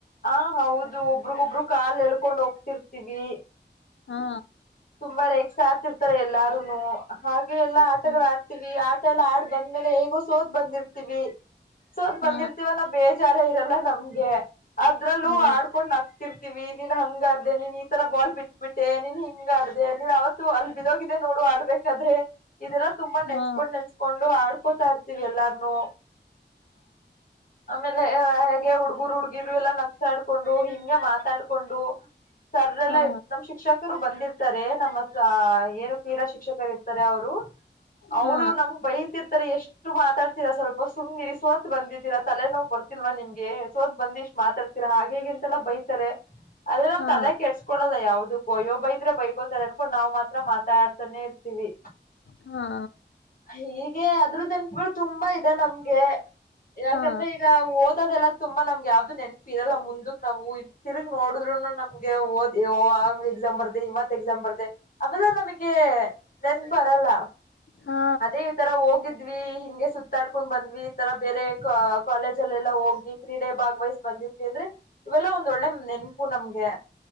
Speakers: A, on the left; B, on the left.
A: ಆ ಹೌದು. ದು ಒಬ್ರಗೊಬ್ರು ಕಾಲ್ ಎಳ್ಕೊಂಡ್ ಹೋಗ್ತಿರ್ತಿವಿ.
B: ಹ್ಞಾ.
A: ತುಂಬಾ ರೆಕ್ಸ ಆತಿರ್ತಾರೆ ಎಲ್ಲಾರುನು ಹಾಗ ಎಲ್ಲಾ ಆಟಗಳ
B: ಹ್ಮ್
A: ಆಡ್ತಿವಿ ಆಟ ಎಲ್ಲ ಆಡ್ ಬಂದ್ಮೇಲೆ ಹೇಗೋ ಸೋತ್ ಬಂದಿರ್ತಿವಿ ಸೋತ್
B: ಹಾ
A: ಬಂದಿರ್ತಿವ ಆನ್ ಬೇಜಾರ ಇದೆಲ್ಲ ನಮ್ಗೆ ಅದ್ರಲ್ಲೂ
B: ಹಾ
A: ಆಡ್ಕೊಂಡ್ ಹಕ್ತಿರ್ತಿವಿ ನೀನ್ ಹಂಗಾದ್ದೆ ನೀನ್ ತರ ಬಾಳ್ ಬಿಟ್ಟಬಿಟ್ಟೆ ನೀನ್ ಹ ಹಿಂಗಡ ನೀ ಅವತ್ತು ಅಲ್ಲ ಬಿದ್ದೋಗಿದ್ದ ನೋಡು ಆಡ್ಬೇಕಾದ್ರೆ ಇದೆಲ್ಲ ತುಂಬಾ ನೆನಸ್ಕೊಂಡು
B: ಹಾ
A: ನೆನಸ್ಕೊಂಡು ಆ ಕೋತಾ ಅರ್ತೀವಿ ಎಲ್ಲಾರ್ನುೂ ಆಮೇಲೆ ಹಂಗೆ ಹುಡ್ಗುರು ಹುಡ್ಗಿರು ಎಲ್ಲಾ ನಕ್ಸಾಡ್ಕೊಂಡು ಹಿಂಗೆ ಮಾತಾಡ್ಕೊಂಡು ಸರ್ ಎಲ್ಲಾ
B: ಹಾ
A: ನಮ್ ಶಿಕ್ಷಕ ರು ಬಂದಿರ್ ಇರ್ತಾರೆ ನಮ್ಮ ಏನು ಕ್ರೀಡಾ ಶಿಕ್ಷಕರು ಇರ್ತಾರೆ ಅವರು ಅವ್ರು
B: ಹಾ
A: ನಮ್ಗ್ ಬೈತಿರ್ತಾರೆ ಎಷ್ಟು ಮಾತಾಡ್ತೀರಾ ಸ್ವಲ್ಪ ಸುಮ್ಮ್ನ ಇರಿ ಸೋತ್ ಬಂದಿದ್ದೀರಾ ತಲೆ ನಾವ್ ಬರ್ತಿಲ್ವಾ ನಿಮ್ಗೆ ಸೋತ್ ಬಂದ ಇಷ್ಟ್ ಮಾತಾಡ್ತೀರಾ ಹಾಗೇಗೆ ಅಂತೆಲ್ಲ ಬೈತಾರೆ ಆದ್ರೆ ನಾವ್
B: ಹಾ
A: ತಲೆ
B: ಹಾ
A: ಕೆಡ್ಸ್ಕೊಳ್ಳಲ್ಲ ಯಾವ್ದಕು ಆಯ್ಯೋ ಬೈದ್ರೆ ಬೈಕೋತಾರೆ ಅನ್ಕೊಂಡು ನಾವ ಮಾತ್ರ ಮಾತಾಡ್ತಾನೆ ಇರ್ತೀವಿ
B: ಹಾ
A: ಹೀಗೆ ಅದ್ರ ನೆನ್ಪಗಳು ತುಂಬಾ ಇದೆ ನಮ್ಗೆ ಯಾಕಂದ್ರೆ
B: ಹಾ
A: ಈಗ ಓದದೆಲ್ಲಾ ತುಂಬಾ ನಮ್ಗೆ ಆ ನೆನ್ಪಿ ಇರಲ್ಲ ಮುಂದಕ್ ನಾವು ತಿರುಗ್ ನೋಡಿದ್ರುನು ನಮ್ಗೆ ಓದ್ ಆಗ ಎಕ್ಸಾಮ್ ಬರ್ದೆ ಇವತ್ ಎಕ್ಸಾಮ್ ಬರ್ದೆ ಅವೆಲ್ಲ ನಮಗೆ ನೆನ್ಪ ಬರಲ್ಲ
B: ಹಾ
A: ಅದೇ ಈ ತರ ಹೋಗಿದ್ವಿ ಹಿಂಗೆ ಸುತ್ತಾಡ್ಕೊಂಡ್ ಬಂದ್ವಿ ಈ ತರ ಬೇರೆ ಕಾಲೇಜಲ್ಲೆಲ್ಲಾ ಹೋಗಿ ಕ್ರೀಡೆ ಭಾಗ್ವೈಸ್ ಬಂದಿದ್ವಿ ಏನ್ರಿ ಇವೆಲ್ಲ ಒಂದೊಳ್ಳೆ ನೆನಪು ನಮ್ಗೆ